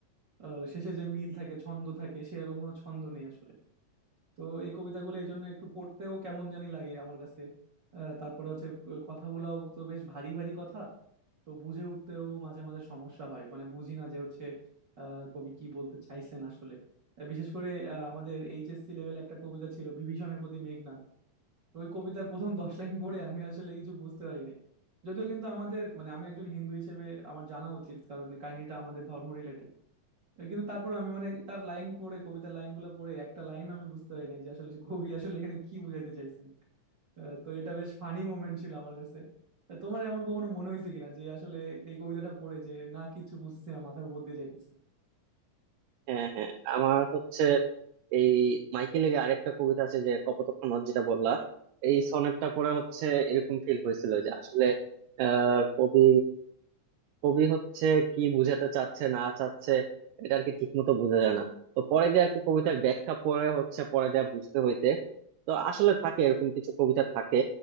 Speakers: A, on the right; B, on the right.
A: আহ, শেষে যে মিল থাকে ছন্দ থাকে সেরকম কোনো ছন্দ নেই আসলে তো এই কবিতাগুলো এই জন্য একটু পড়তেও কেমন জানি লাগে আমার কাছে আহ, তারপরে হচ্ছে ক- কথাগুলাও তো বেশ ভারী ভারী কথা তো বুঝে উঠতেও মাঝে মাঝে সমস্যা হয় মানে বুঝি না যে হচ্ছে আহ, কবি কি বলতে চাইছেন আসলে আহ, বিশেষ করে আহ, আমাদের এইচএসসি লেভেলে একটা কবিতা ছিল বিভীষণের প্রতি মেঘনাদ তো ওই কবিতার প্রথম দশ লাইন পড়ে আমি আসলে কিছু বুঝতে পারি নাই যদিও কিন্তু আমাদের মানে আমি একজন হিন্দু হিসেবে আমার জানা উচিত কারণ কাহিনীটা আমাদের ধর্ম রিলেটেড কিন্তু তারপর আমি মানে তার লাইন পড়ে কবিতার লাইনগুলো পড়ে একটা লাইন আমি বুঝতে পারি নাই যে আসলে সে কবি আসলে এখানে কি বুঝাইতে চাইছেন আহ, তো এটা বেশ ফানি মোমেন্ট ছিল আমার কাছে আহ, তোমার এমন কখনো মনে হয়েছে কিনা যে আসলে এই কবিতাটা পড়ে যে না কিছু বুঝতেছি না মাথার উপর দিয়ে যাইতেছে
B: হ্যাঁ হ্যাঁ আমার হচ্ছে এই মাইকেলের আরেকটা কবিতা আছে যে কপোতাক্ষ নদ যেটা বললা এই সনেটটা পরে হচ্ছে এরকম ফিল হয়েছিল যে আসলে আহ কবি কবি হচ্ছে কি বুঝাতে চাচ্ছে না চাচ্ছে এটা আর কি ঠিক মতো বোঝা যায় না তো পরে যে আর কি কবিতার ব্যাখ্যা পরে হচ্ছে পরে যা বুঝতে হইতে তো আসলে থাকে এরকম কিছু কবিতা থাকে